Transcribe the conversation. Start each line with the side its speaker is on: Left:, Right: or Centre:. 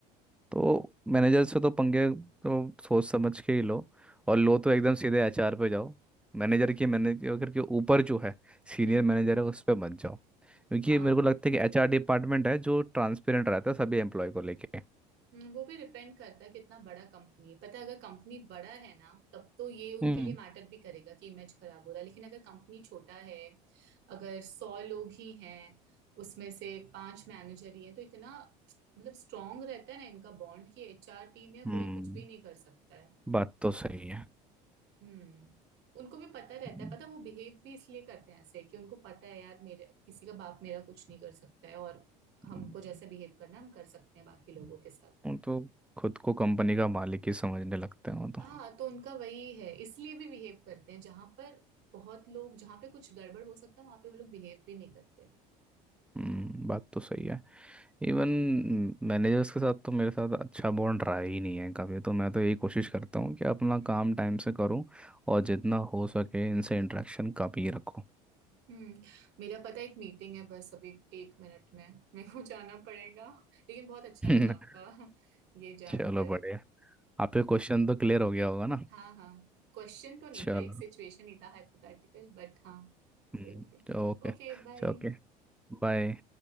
Centre: तो मैनेजर से तो पंगे तो सोच समझ के ही लो और लो तो एकदम सीधे एचआर पे जाओ मैनेजर के मैनेजर के ऊपर जो है सीनियर
Right: हम्म, हम्म।
Centre: मैनेजर है उस पर मत जाओ क्योंकि
Right: हाँ
Centre: मेरे को लगता है कि एचआर डिपार्टमेंट है जो ट्रांसपेरेंट रहता है सभी एम्प्लॉय को लेके
Right: हम्म, वो भी डिपेंड करता है कितना बड़ा कंपनी है पता है अगर कंपनी बड़ा है ना तब तो ये उनके
Centre: हम्म
Right: लिए मैटर भी करेगा कि इमेज खराब हो रहा है लेकिन अगर कंपनी छोटा है अगर सौ लोग ही हैं उसमें से पांच मैनेजर ही हैं तो इतना मतलब स्ट्रांग रहता है ना इनका बॉन्ड कि एचआर टीम या
Centre: हम्म
Right: कोई कुछ भी नहीं कर सकता है
Centre: बात तो सही है
Right: हम्म उनको भी पता रहता
Centre: हम्म,
Right: है पता है, वो बिहेव भी इसलिए करते हैं ऐसे कि उनको पता है यार मेरे किसी का बाप मेरा कुछ नहीं कर सकता है और हमको
Centre: हम्म।
Right: जैसे बिहेव करना है, हम कर सकते हैं बाकी लोगों के साथ
Centre: वो तो खुद को कंपनी का मालिक ही समझने लगते हैं वो
Right: हाँ
Centre: तो।
Right: तो उनका वही है इसलिए भी बिहेव करते हैं जहां पर बहुत लोग जहां पे कुछ गड़बड़ हो सकता है वहां पे वो लोग बिहेव भी नहीं करते
Centre: हम्म, बात तो सही है इवन मैनेजर्स के साथ तो मेरे साथ अच्छा बॉन्ड रहा ही नहीं है कभी तो मैं तो यही कोशिश करता हूँ कि अपना
Right: हम्म
Centre: काम टाइम से करूँ और जितना हो सके इनसे इंटरेक्शन कम ही रखूँ
Right: हम्म मेरा पता है एक मीटिंग है बस अभी एक मिनट में मेरे को जाना पड़ेगा लेकिन बहुत अच्छा
Centre: <laughs>
Right: लगा आपका ये जानकर
Centre: चलो बढ़िया आपके क्वेश्चन तो क्लियर हो गया होगा ना
Right: हाँ हाँ क्वेश्चन तो नहीं
Centre: चलो
Right: था एक सिचुएशन ही था हाइपोथेटिकल बट हाँ
Centre: हम्म,
Right: क्लियर हो गया
Centre: ओके
Right: Okay bye
Centre: Okay bye